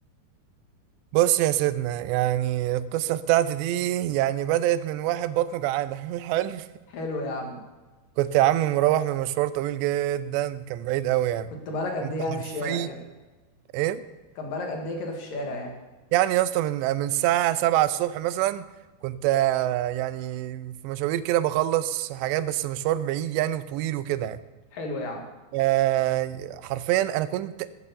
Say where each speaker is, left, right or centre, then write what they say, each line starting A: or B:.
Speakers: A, on the right; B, on the left.
A: بص يا سيدنا يعني القصة بتاعتي دي يعني بدأت من واحد بطنه جعانة <laughs> حلو
B: حلو يا عم
A: كنت يا عم مروح من مشوار طويل جدا كان بعيد قوي يعني
B: كنت بقالك قد
A: انت
B: ايه يعني
A: حرفيا
B: في الشارع كده
A: ايه
B: كان بقالك قد ايه كده في الشارع يعني
A: يعني يا اسطى من من الساعة 7 الصبح مثلا كنت آه، يعني في مشاوير كده بخلص حاجات بس مشوار بعيد يعني وطويل وكده يعني
B: حلو يا عم
A: آه، حرفيا انا كنت